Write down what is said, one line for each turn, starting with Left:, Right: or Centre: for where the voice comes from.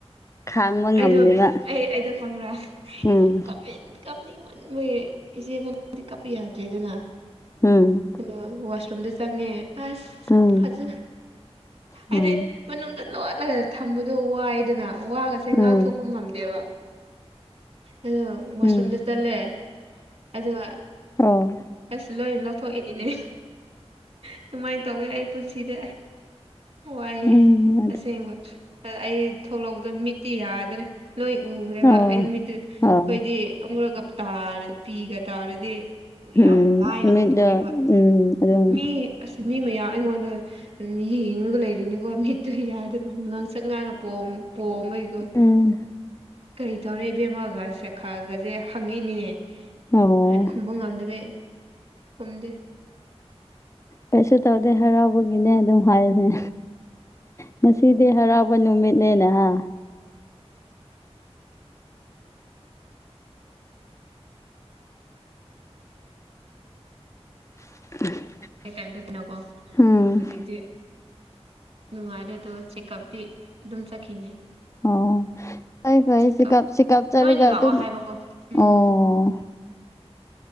Left: ꯈꯥꯡꯕ ꯉꯝꯗꯦꯕ
Right: ꯑꯩꯗꯣ ꯑꯩ ꯑꯩꯗꯣ ꯈꯪꯕ꯭ꯔꯥ <unintelligible>
Left: ꯎꯝ
Right: ꯀꯞꯅꯤꯡ‌ ꯃꯟꯕꯒꯤ <unintelligible> ꯀꯞꯄ ꯌꯥꯗ꯭ꯔꯦꯗꯅ
Left: ꯎꯝ
Right: ꯑꯗꯣ ꯋꯥꯁꯔꯨꯝꯗ ꯆꯪꯉꯦ ꯑꯁ
Left: ꯎꯝ
Right: ꯐꯖꯅ ꯍꯥꯏꯗꯤ
Left: ꯎꯝ
Right: ꯃꯅꯨꯡꯗ ꯂꯣꯠꯂꯒ ꯊꯝꯕꯗꯣ ꯋꯥꯏꯗꯅ ꯋꯥꯒꯁꯦ
Left: ꯎꯝ
Right: ꯉꯥꯡꯊꯣꯛꯄ ꯉꯝꯗꯦꯕ ꯑꯗꫭ ꯋꯥꯁꯔꯨꯝꯗ
Left: ꯎꯝ
Right: ꯆꯠꯂꯦ ꯑꯗꯨꯒ
Left: ꯑꯣ
Right: ꯑꯁ ꯂꯣꯏ ꯂꯧꯊꯣꯛꯏꯅꯤꯅꯦ ꯑꯗꯨꯃꯥꯏꯟ ꯇꯧꯋꯦ ꯑꯩ ꯄꯨꯟꯁꯤꯗ ꯑꯩ ꯋꯥꯏꯑꯦ
Left: ꯎꯝ ꯑꯗꯨ
Right: ꯑꯁꯦꯡꯕ ꯑꯗꫭ ꯑꯩ ꯊꯣꯛꯂꯛꯄꯗ ꯃꯤꯠꯇꯤ ꯌꯥꯗꯔꯦ ꯂꫭꯏ ꯎꯈ꯭ꯔꯦꯕ
Left: ꯑꯣ
Right: ꯑꯩ ꯃꯤꯠꯇ
Left: ꯑꯣ
Right: ꯈꯣꯏꯗꯤ ꯑꯃꯨꯔꯛꯀ ꯇꯥꯔꯦ ꯄꯤꯒ ꯇꯥꯔꯗꯤ
Left: ꯎꯝ
Right: ꯌꯥꯝ ꯂꯥꯏꯅ
Left: ꯃꯤꯠꯗ
Right: ꯎꯠꯊꯣꯛꯑꯦꯕ
Left: ꯎꯝ ꯑꯗꯨꯝ
Right: ꯃꯤ ꯑꯁ ꯃꯤ ꯃꯌꯥꯝ ꯑꯩꯉꯣꯟꯗ ꯌꯦꯡꯉꯒ ꯂꯩꯔꯤꯅꯤꯀꯣ ꯃꯤꯠ ꯑꯗꯨ ꯌꯥꯗꯕ ꯉꯥꯡꯁꯛ ꯉꯥꯡꯉ ꯄꯣꯝ ꯄꯣꯝꯕꯩꯀꯣ
Left: ꯎꯝ
Right: ꯀꯔꯤ ꯇꯧꯔꯦ ꯏꯕꯦꯝꯃꯒ ꯁꯦ ꯈꯒꯖꯦ ꯍꯪꯉꯤꯅꯤꯅꯦ
Left: ꯑꯣ
Right: ꯑꯩ ꯈꯨꯝꯕ ꯉꯝꯗꯕꯩ ꯈꯨꯝꯗꯦ
Left: ꯀꯩꯁꯨ ꯇꯧꯗꯦ ꯍꯔꯥꯎꯕꯒꯤꯅꯦ ꯑꯗꯨꯝ ꯍꯥꯏꯌꯨꯅꯦ ꯉꯁꯤꯗꯤ ꯍꯔꯥꯎꯕ ꯅꯨꯃꯤꯠꯅꯦꯅꯍꯥ <inaudible>
Right: ꯑꯩ ꯀꯩꯝꯇꯀꯤꯅꯣꯀꯣ
Left: ꯎꯝ
Right: ꯍꯧꯖꯤꯛꯇꯤ ꯅꯨꯡꯉꯥꯏꯔꯦ ꯑꯗꯣ ꯆꯦꯛꯀꯞꯇꯤ ꯑꯗꯨꯝ ꯆꯠꯈꯤꯅꯤ
Left: ꯑꯣ ꯐꯩ ꯐꯩ
Right: ꯆꯦꯛꯑꯞ
Left: ꯆꯤꯀꯞ ꯆꯤꯀꯞ ꯆꯠꯔꯒ
Right: ꯇꯣꯏꯅ ꯂꯥꯛꯑꯣ
Left: ꯑꯗꯨꯝ
Right: ꯍꯥꯏꯕꯀꯣ ꯎꯝ
Left: ꯑꯣ